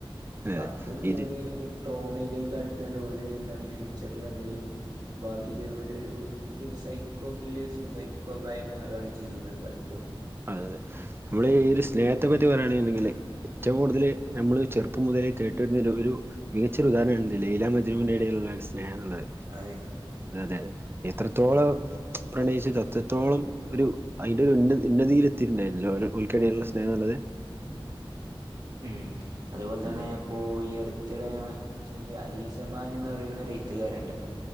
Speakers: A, on the right (about 25°); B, on the right (about 50°).
A: അതെ
B: അപ്പ
A: അതെ
B: അത്
A: ഇത്
B: ഒരു ട്രോമയിലേക്ക് അട്ത്തിയാണ്ട് ഓല് എന്താണ് ഫ്യൂച്ചറിൽ എന്ത് ചെയ്യും ഭാവിൽ ഓലൊരു സൈക്കോ കില്ലേയ്‌സും സൈക്കോക്കായി മാറാണ് ചെയ്യുന്നത് പലപ്പോഴും
A: അതെ നമ്മള് ഈ ഒരു സ്നേഹത്തെ പറ്റി പറയുകയാണണ്ടെങ്കില് ഏറ്റവും കൂടുതൽ
B: ഉം
A: നമ്മള് ചെറു പ്പം മുതലേ കേട്ടിരുന്ന ഒരു മികച്ച ഒരു ഉദാഹരണ ലൈലാ മജ്നുവിന്റെ ഇടയിലുള്ള സ്നേഹം എന്നുള്ളത്
B: അതെ
A: അതെ അതെഎത്രത്തോളം പ്രണയിച്ചത് അത്രത്തോളം ഒരു അഴിന്റെ ഒരു ഉന്ന ഉന്നതിയിൽ എത്തിയിട്ടുണ്ടായിരുന്നല്ലോ ഓൽക്കിടയിലുള്ള സ്നേഹം ഉള്ളത്
B: ഉം അതുപോലെ തന്നെ
A: ഉം
B: ഓ ഈ അടുത്തിടെ ഞാൻ മനസ്സിലാക്കിയ അലിസബാൻ എന്ന് പറയുന്ന ഒരു എഴുത്തുകാരനുണ്ടല്ലോ